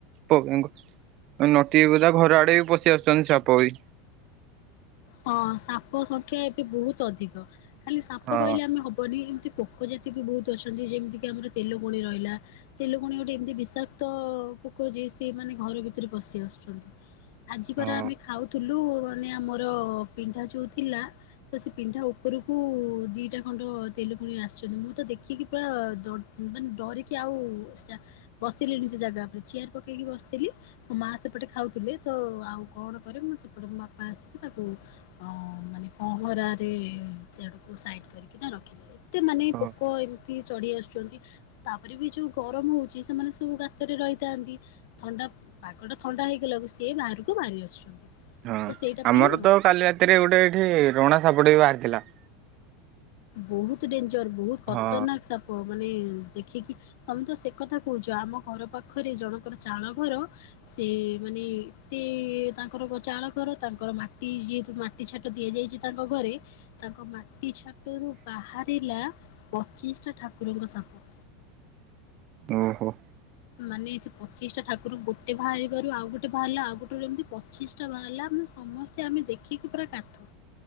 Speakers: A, on the right; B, on the left.
A: ପଙ୍ଗ୍ ଅଁ ନଟି ଗୁରା ଘର ଆଡେ ବି ପଶି ଆସୁଚନ୍ତି ସାପ ବି।
B: ହଁ ସାପ ସଂଖ୍ୟା ଏବେ ବହୁତ୍ ଅଧିକ ଖାଲି ସାପ
A: ହଁ
B: କହିଲେ ଆମେ ହବନି ଏମ୍ତି <unintelligible> <unintelligible> ଜାତି ବି ବହୁତ୍ ଅଛନ୍ତି ଯେମିତି କିି ଆମର ତେଲଗୁଣି ରହିଲା। ତେଲୁକୁୁଣି ଗୋଟେ ଏମିତି ବିଷାକ୍ତ ପୋକ ଯେ ସିଏ ମାନେ ଘର ଭିତରେ ପଶି ଆସୁଛନ୍ତି। ଆଜି
A: ହଁ
B: ପରା ଆମେ ଖାଉଥିଲୁ ମାନେ ଆମର ପିଣ୍ଢା ଯୋଉ ଥିଲା ତ ସେ ପିଣ୍ଢା ଉପରକୁ ଦିଟା ଖଣ୍ଡ ତେଲୁକୁଣି ଆସିଛନ୍ତି ମୁଁ ତ ଦେଖିକି ପୁରା <unintelligible> ମାନ୍ ଡରିକି ଆଉ ସେଟା ବସିଲିନି ସେ ଜାଗା ଉପରେ ଚିୟାର୍ ପକେଇକି ବସ୍ଥିଲି ମୋ ମା ସେପଟେ ଖାଉଥିଲେ ତ ଆଉ କଣ କରେ ମୁଁ ସେପଟେ ମୋ ବାପା ଆସ୍ <unintelligible> ତାକୁ ଅଁ ମାନେ ପହଁରାରେ ସିଆଡ଼କୁ ସାଇଡ଼୍ କରିକିନା ରଖିଲେ। ଏତେ ମାନେ
A: ହଁ।
B: ପୋକ ଏମ୍ତି ଚଢି ଆସୁଚନ୍ତି ତାପରେ ବି ଯୋଉ ଗରମ ହଉଚି ସେମାନେ ସବୁ ଗାତରେ ରହିଥାନ୍ତି। ଥଣ୍ଡା ପାଗଟା ଥଣ୍ଡା ହେଇଗଲାକୁ ସିଏ ବାହାରକୁ ବାହାରି ଆସୁଛନ୍ତି
A: ହଁ
B: ତ ସେଇଟା
A: ଆମର
B: ପାଇଁ ଆଉ
A: ତ କାଲି ରାତିରେ ଗୋଟେ ଏଇଠି ରଣା ସାପଟେ <unintelligible> ବାହାରିଥିଲା।
B: ବହୁତ୍ ଡେଞ୍ଜର୍ ବହୁତ୍ ଖତରନାକ୍
A: ହଁ
B: ସାପ ମାନେ ଦେଖିକି ତମେ ତ ସେ କଥା କହୁଚ ଆମ ଘର ପାଖରେ ଜଣଙ୍କର ଚାଳ ଘର ସେ ମାନେ ଏତେ ତାଙ୍କର କ ଚାଳ କର ତାଙ୍କର ମାଟି ଯେହେତୁ ମା ଟି ଛାଟ ଦିଆଯାଇଚି ତାଙ୍କ ଘରେ ତାଙ୍କ ମାଟି ଛା ତରୁ ବାହାରିଲା ପଚିଶ୍ ଟା ଠାକୁରଙ୍କ ସାପ।
A: ଓହୋ।
B: ମାନେ ସେ ପଚିଶ୍ ଟା ଠାକୁର ଗୋଟେ ବାହାରିବାରୁ ଆଉ ଗୋଟେ ବାହାରିଲା ଆଉ ଗୋଟରୁ ଏମିତି ପଚିଶ୍ ଟା ବାହାରିଲା ମାନେ ସମସ୍ ତେ ଆମେ ଦେଖିକି ପୁରା କାଠ